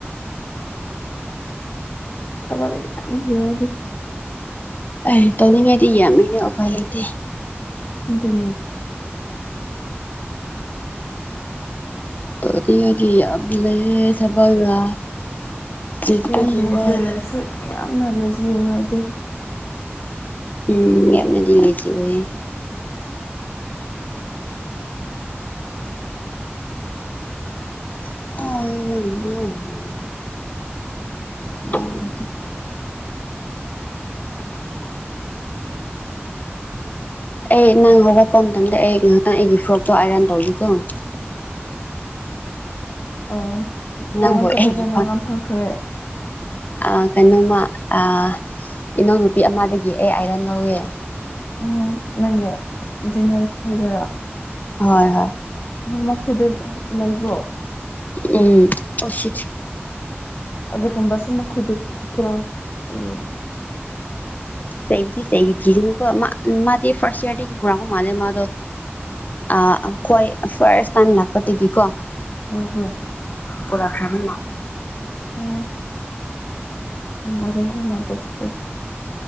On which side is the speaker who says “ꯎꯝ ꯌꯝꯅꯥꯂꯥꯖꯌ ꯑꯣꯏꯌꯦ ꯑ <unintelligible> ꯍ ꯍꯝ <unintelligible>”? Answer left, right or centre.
Left